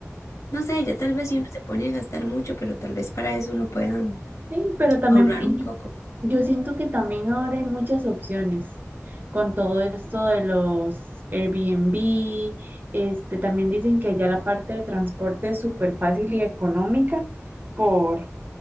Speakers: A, on the left; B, on the right.
A: No sé, ya tal vez si uno se pone a gastar mucho, pero tal vez para eso uno pueda
B: Sí, pero también
A: ahorrar
B: y
A: un poco.
B: yo, yo siento que también ahora hay muchas opciones con todo esto de los Airbnb. Este, también dicen que ya la parte de transporte es súper fácil y económica por,